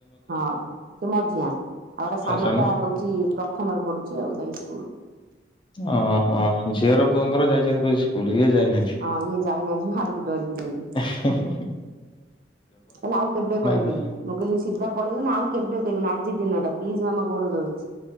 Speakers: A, on the right (about 50°); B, on the left (about 25°).
A: ହଁ ସେ ମଝିଆ ଆଉ ଏଟେ ସାନଟା
B: ଆଉ ସାନ
A: ହୋଉଚି ପ୍ରଥମରେ ପଡୁଚି ଆଉ ଯାଇ ସ୍କୂଲ
B: ଓହୋ ଝିଅର ପୁଅଙ୍କର ଯାଇଚନ୍ତି ବୋଧେ ସ୍କୁଲ ଇଏ ଯାଇନାହାନ୍ତି?
A: ହଁ ଇଏ ଯାଇନି ଆଜି ମାଡକୁ ଡ଼ରିକି ଯାଇନି।
B: ଏ ହେ ହେ ହେ।
A: ତାହଲେ ଆଉ କେବେ କହିବିନି
B: ହୁଁ
A: ମୁଁ କହିଲି ସିଧା ପଳେଇବୁ ନା ଆଉ କେବେ କହିବିନି ଆଜି ଦିନଟା ପ୍ଲିଜ୍ ମାମା ଗୋଡ ଧରୁଚି।